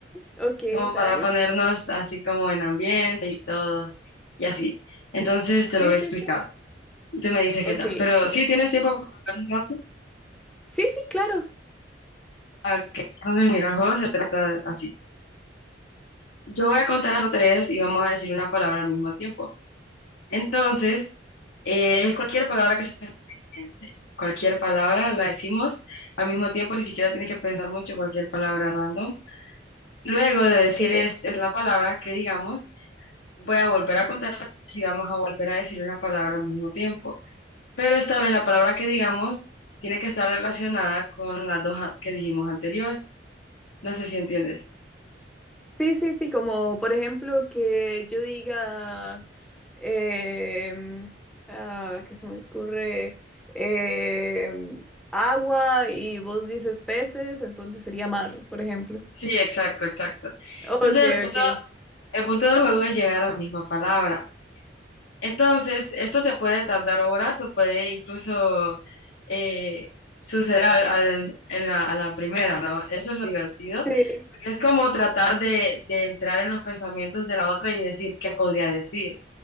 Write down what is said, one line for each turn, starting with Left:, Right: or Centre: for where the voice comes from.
Centre: ok,
Left: Como
Centre: dale.
Left: para ponernos así como en ambiente y todo, y así. Entonces te
Centre: Sí,
Left: lo voy
Centre: sí,
Left: a explicar.
Centre: sí.
Left: Tú me dices qué
Centre: Ok.
Left: tal. Pero sí tienes tiempo para hablar un rato.
Centre: Sí, sí, claro.
Left: Ah, Ok, entonces mira, el juego se trata así. Yo voy a contar hasta tres y vamos a decir una palabra al mismo tiempo. Entonces, eh, es cualquier palabra que se te venga a la mente. Cualquier palabra la decimos. Al mismo tiempo, ni siquiera tienes que pensar mucho cualquier palabra random. Luego de decir
Centre: Ok.
Left: es, es la palabra que digamos, voy a volver a contar si vamos a volver a decir una palabra al mismo tiempo. Pero esta vez la palabra que digamos tiene que estar relacionada con las dos a- que dijimos anterior. No sé si entiendes.
Centre: Sí, sí, sí, como por ejemplo que yo diga, em, ah, ¿qué se me ocurre? Em, agua y vos dices peces, entonces sería mar, por ejemplo.
Left: Sí, exacto, exacto. Entonces,
Centre: Ok,
Left: el punto,
Centre: ok.
Left: el punto del juego es llegar a la misma palabra. Entonces, esto se puede tardar horas o puede incluso eh, suceder al, al- en la, a la primera, ¿no? Eso es lo divertido,
Centre: Sí,
Left: porque es como tratar de, de entrar en los pensamientos de la otra y decir qué podría decir,